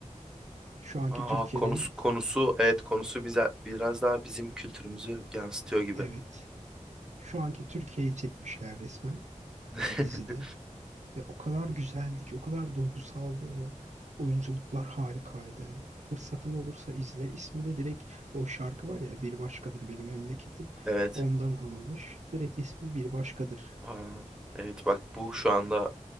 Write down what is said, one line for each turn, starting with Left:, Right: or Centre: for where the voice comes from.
Right: Şu anki
Centre: Aa
Right: Türkiye'nin
Centre: konusu konusu evet konusu bize biraz daha bizim kültürümüzü yansıtıyor gibi.
Right: evet, şu anki Türkiye'yi çekmişler resmen
Centre: <laughs>
Right: e, dizide. Ve o kadar güzeldi ki, o kadar duygusaldı. Oyunculuklar harikaydı. Fırsatın olursa izle. İsmi de direkt o şarkı var ya Bir Başkadır Benim Memleketim.
Centre: Evet.
Right: Ondan alınmış. Direkt ismi Bir Başkadır.
Centre: Aa, evet bak bu şu anda